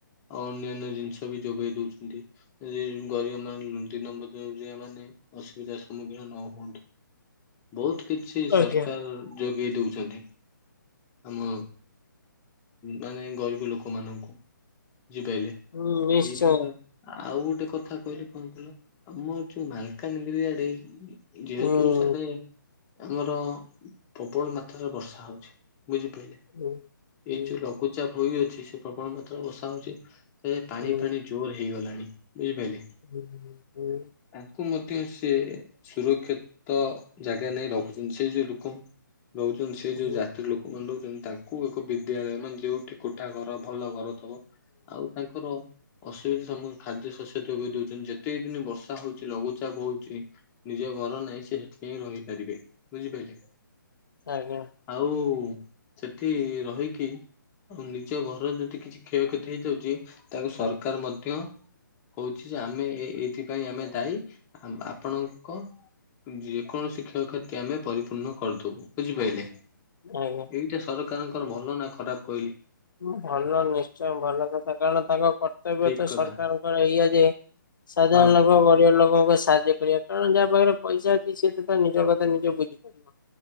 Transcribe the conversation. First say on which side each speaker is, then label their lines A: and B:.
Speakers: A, on the left; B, on the left.
A: ଆଉ ଅନ୍ୟାନ୍ୟ ଜିନିଷ ବି ଯୋଗେଇ ଦେଉଚନ୍ତି। ଯଦି ଗରିବ ମାନ ଦିନମଜୁରିଆ ମାନେ ଅସୁବିଧାର ସମ୍ମୁଖୀନ ନ ହୁଅନ୍ତୁ। ବହୁତ୍ କିଛି
B: ଆଜ୍ଞା।
A: ସରକାର ଯୋଗେଇ ଦଉଚନ୍ତି। ଆମ ମାନେ ଗରିବ ଲୋକମାନଙ୍କୁ। ବୁଝିପାରିଲେ।
B: ହୁଁ ନିଶ୍ଚୟ
A: ଏଇ ପ୍ରକାର ଆଉ ଗୋଟେ କଥା କହିଲେ କଣ କହିଲ, ଆମର ଯୋଉ ମାଲକାନଗିରି ଆଡେ ଯେହେତୁ
B: ହୁଁ।
A: ସେ ଆମର ପ୍ରବଳ ମାତ୍ରାରେ ବର୍ଷା ହଉଚି। ବୁଝିପାରିଲେ।
B: ହୁଁ। ହୁଁ
A: ଏ ଯୋଉ ଲଘୁଚାପ ହୋଇଅଛି, ସେ ପ୍ରବଳ ମାତ୍ରାରେ ବର୍ଷା ହଉଚି। ସେ ପାଣି
B: ହୁଁ
A: ଫାଣି ଜୋରେ ହେଇଗଲାଣି। ବୁଝିପାରିଲେ।
B: <inaudible>
A: ତାଙ୍କୁ ମଧ୍ୟ ସେ ସୁରକ୍ଷି ତ ଜାଗା ନେଇ ରହୁଚନ୍ତି, ସେ ଯୋଉ ଲୋକ ରହୁଛନ୍ତି ସେ
B: ହୁଁ।
A: ଯୋଉ ଜାତିର ଲୋକମାନଙ୍କୁ ରହୁଛନ୍ତି, ତାଙ୍କୁ ତ ଙ୍କୁ ଏକ ବିଦ୍ୟାଳୟ ମାନେ, ଯୋଉଠି କୋଠା ଘର, ଭଲ ଘର ଥବ ଆଉ ତାଙ୍କର ଅସୁବିଧା ସମୁ ଖାଦ୍ୟ ଶସ୍ୟ ଯୋଗାଇ ଦଉଛନ୍ତି। ଯେତକି ଦିନି ବର୍ଷା ହଉଚି, ଲଘୁଚାପ ହଉଚି ନିଜ ଘର ନାଇଁ, ସେ ହେଠି ଯାଇଁ ରହିପାରିବେ। ବୁଝିପାରିଲେ।
B: ଆଜ୍ଞା।
A: ଆଉ ସେଠି ରହିକି ନିଜ ଘରର ଯଦି କିଛି କ୍ଷୟକ୍ଷତି ହେଇଯାଉଚି, ତାକୁ ସରକାର ମଧ୍ୟ କହୁଚି ଯେ ଆମେ ଏ ଏଇଥିପାଇଁ ଆମେ ଦାୟୀ। ଆପଣଙ୍କ ଯେକୌଣସି କ୍ଷୟକ୍ଷତି ଆମେ ପରିପୂର୍ଣ୍ଣ କରିଦବୁ। ବୁଝିପାରିଲେ।
B: ଆଜ୍ଞା।
A: ଏଇଟା ସରକାରଙ୍କର ଭଲ ନା ଖରାପ କହିଲେ?
B: ଭଲ, ନିଶ୍ଚୟ ଭଲ କଥା। କାରଣ ତାଙ୍କ କର୍ତ୍ତବ୍ୟ
A: ଠିକ
B: ତ
A: କଥା
B: ସରକାରଙ୍କର ଏଇଆ ଯେ ସାଧାରଣ
A: ହଁ
B: ଲୋକ, ଗରିବ ଲୋକଙ୍କୁ ସାହାଯ୍ୟ କରିବା। କାରଣ ଯାହା ପାଖରେ ପଇସା ଅଛି ସିଏ ତ ତା ନିଜ କଥା ନିଜେ ବୁଝିପାରିବ।